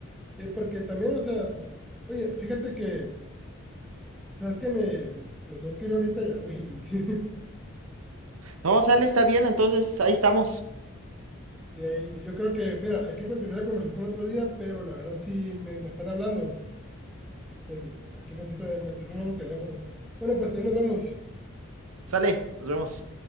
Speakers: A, in the centre; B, on the right.
A: Eh, porque también, o sea, oye, fíjate que, ¿sabes que Me, me tengo que ir ahorita ya, güey. <laughs>
B: No, sale, está bien, entonces ahí estamos.
A: De ahí, yo creo que, mira, hay que continuar la conversación otro día, pero la verdad sí me, me están hablando. Este, Aquí me está, me está sonando un teléfono. Bueno, pues ahí nos vemos.
B: Sale, nos vemos.